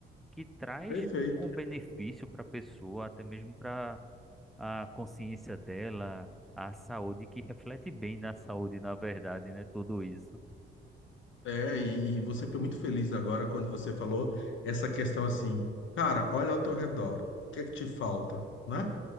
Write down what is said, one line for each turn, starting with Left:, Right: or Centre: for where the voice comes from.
Centre: que traz
Left: Perfeito.
Centre: um benefício para a pessoa, até mesmo para a consciência dela, a saúde, que reflete bem na saúde, na verdade, né? Tudo isso.
Left: É, e, e você foi muito feliz agora quando você falou essa questão assim, cara, olha ao teu redor, o que é que te falta, né?